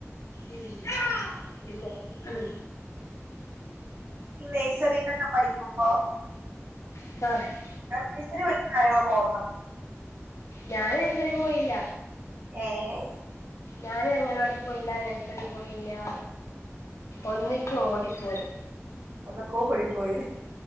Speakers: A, on the left (about 70°); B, on the right (about 50°).
A: ഉം പിന്നെ ഉം.
B: ഈ നെയ്സറിനൊക്കെ പഠിക്കുമ്പോ
A: <unintelligible>
B: നഴ്സറിപഠിച്ച കാര്യങ്ങളൊക്കെ ഓർമ്മ.
A: ഞാന് നഴ്സറീപോയില്ല.
B: ഏഹ്.
A: ഞാന് അങ്ങനവാടി പോയില്യാ നഴ്സറി പോയില്യാ. ഒന്നിക്ക് ഓടിപ്പോയ്.
B: ഒന്ന്ക്കൊടി പോയി